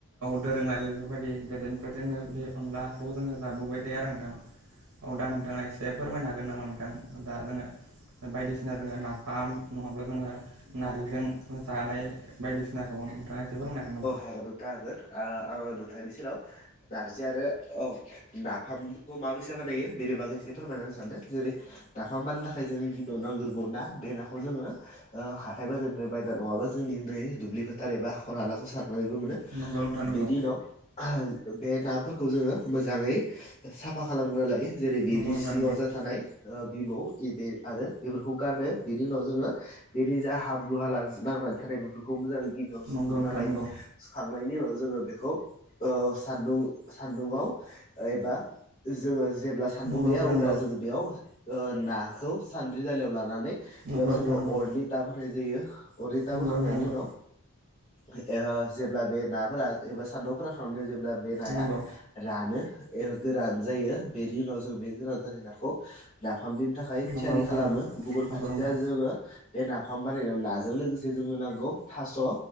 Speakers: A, on the right; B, on the left.
A: दोरोङारि बेफोरबायदि गोदोनिफ्राय जोङो बे अनलाखौ जोङो जाबोबाय थायो आरो नोंथां। औ दा नोंथाङा एसे फोरमायनो हागोन नामा नोंथां दा जोङो बायदिसिना जोङो ना फाम नङाब्ला जोङो नारजिजों जानाय बायदिसिनाखौ नोंथाङा एसे फोरमायनो हागोन नामा?
B: औ हागोन नोंथां ओ <unintelligible> नोंथांनि सेराव नारजि आरो औ नाफामखौ माबैसा बानायो बेनि बागै एसे फोरमायना होनो सानदो जेरै नाफाम बानानो‌ थाखाय जोंनि गिबियाव नांग्रोगौना बे ना खौ जोङो हाथाय बाजारनिफ्राय बायना नङाबा जोंनि बै दुब्लि फोथार एबा हाखर हालाखौ सारनानैबो मोनो।
A: नंगौ नोंथां नंगौ
B: बेनि उनाव बे नाफोरखौ जोङो मोजाङै साफा खालामग्रोना लायो। जेरै बेनि
A: नंगौ नोंथां
B: सिङाव
A: नंगौ
B: जा थानाय ओ बिबौ' एद आरो बेफोरखौ गारनो बे नि उनाव जोङो बेरनि जा हाब्रु हाला नांनानै थानाय बेफोरखौ मोजाङै। गिबियावनो
A: नंगौ
B: सुग्रोनना
A: नोंथां
B: लायो
A: नंगौ
B: सुखांनायनि उनाव जोङो। बेखौ ओ सान्दुं सान्दुङाव एबा जोङो। जेब्ला सान्दुं
A: नंगौ
B: गैया
A: नोंथां
B: अब्ला
A: नंगौ
B: जोङो बेयाव ओ नाखौ सान्द्रि दालियाव लानानै।
A: नंगौ
B: बेयाव
A: नोंथां
B: जोङो
A: नंगौ
B: अरनि टाब होनाय जायो अरनि टाब
A: नंगौ
B: होखांनायनि
A: नोंथां नंगौ
B: उनाव। ओ जेब्ला बे नाफोरा एबा सान्दुंङाव फोरानखांनानै जे बे नाया
A: नंगौ
B: रानो गोरान जायो बेनि उनाव जों बे गोरान। नाखौ नाफाम देनो थाखाय
A: नंगौ
B: थियारि
A: नोंथां
B: खालामो
A: नंगौ
B: गुबुन
A: नंगौ
B: फार
A: नोंथां
B: जोंङो बे नाफाम बानायनायाव नाजों लोगोसे जोंनो नांगौ थास'